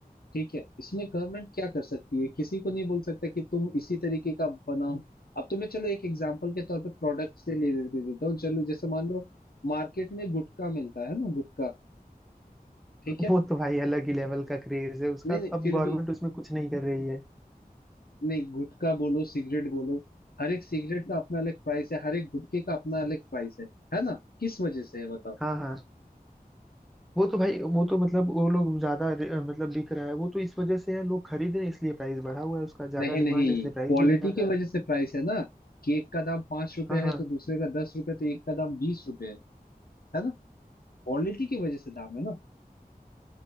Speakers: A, on the left; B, in the centre.
A: ठीक है इसमें गवर्नमेंट क्या कर सकती है किसी को नहीं बोल सकता कि तुम इसी तरीके का बनाओ अब तुम्हें चलो एक एग्जांपल के तौर पे प्रोडक्ट से ले लेते देता हूँ चलो जैसे मान लो मार्केट में गुटखा मिलता है ना गुटखा ठीक है
B: वो तो भाई अलग ही लेवल का क्रेज है उसका
A: नहीं
B: तो
A: नहीं
B: अब
A: फिर
B: गवर्नमेंट
A: भी
B: उसमें कुछ नहीं कर रही है
A: नहीं गुटखा बोलो सिगरेट बोलो हर एक सिगरेट का अपना अलग प्राइस है हर एक गुटखे का अपना अलग प्राइस है है ना किस वजह से है बताओ
B: हाँ हाँ वो तो भाई वो तो मतलब वो लोग ज्यादा अ, मतलब बिक रहा है वो तो इस वजह से है लोग खरीद रहे हैं इसलिए प्राइस बढ़ा हुआ है उसका ज्यादा
A: नहीं नहीं
B: डिमांड है इसलिए
A: क्वालिटी
B: प्राइस भी ज्यादा
A: की
B: है
A: वजह से प्राइस है ना कि एक का दाम पांच रुपए
B: हाँ हाँ
A: है तो दूसरे का दस रुपए तो एक का दाम बीस रुपए है है ना क्वालिटी की वजह से दाम है ना